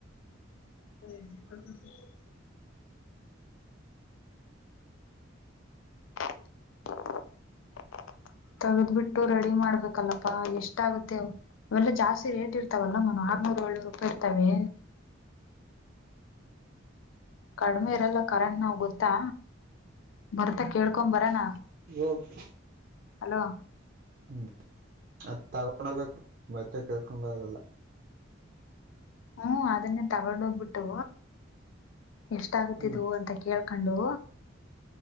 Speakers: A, on the left (about 80°); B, on the right (about 50°).
A: ಹ್ಮ್ <inaudible> ತಗದ್ ಬಿಟ್ಟು ರೆಡಿ ಮಾಡ್ಬೇಕಲ್ಲಪ್ಪಾ ಎಷ್ಟು ಆಗುತ್ತೆ. ಇವೆಲ್ಲಾ ಜಾಸ್ತಿ ರೇಟ್ ಇರ್ತಾವಲ್ಲ ಮನು ಆರ್ನೂರು ಏಳ್ನೂರು ರೂಪಾಯಿ ಇರ್ತವೆ. ಕಡಿಮೆ ಇರಲ್ಲ ಕರೆಂಟ್ ನಾವು ಗೊತ್ತಾ ಬರ್ತ ಕೇಳ್ಕೊಂಡು ಬರೋಣ.
B: ಹ <unintelligible>
A: ಹಲೋ
B: ಹ್ಮ್ ಅದ ತಗೊಂಡ್ ಹೋಗ್ಬೇಕು ಬತ್ತೆ ಕೇಳ್ಕೊ ಬರದಲ್ಲ.
A: ಹ್ಮ ಅದನ್ನೇ ತಗೊಂಡೋಗ್ಬಿಟ್ಟು. ಎಷ್ಟಾಗುತ್ತಿದ್ದು
B: ಹ್ಮ್
A: ಅಂತ ಕೇಳ್ಕೊಂಡು.